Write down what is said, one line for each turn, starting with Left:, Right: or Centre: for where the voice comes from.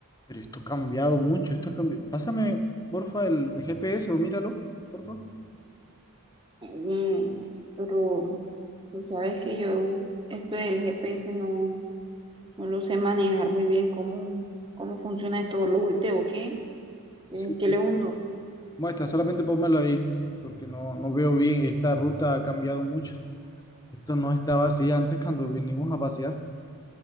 Left: Pero esto ha cambiado mucho, esto ha cambiado. Pásame, porfa, el GPS o míralo, porfa.
Right: Mm, pero tú sabes que yo, esto del GPS no, no lo sé manejar muy bien, cómo, cómo funciona esto, lo volteo, ¿qué? ¿Qué,
Left: Sí, sí.
Right: qué le hundo?
Left: Muestra, solamente pónmelo ahí, porque no, no veo bien. Esta ruta ha cambiado mucho. Esto no estaba así antes cuando vinimos a pasear.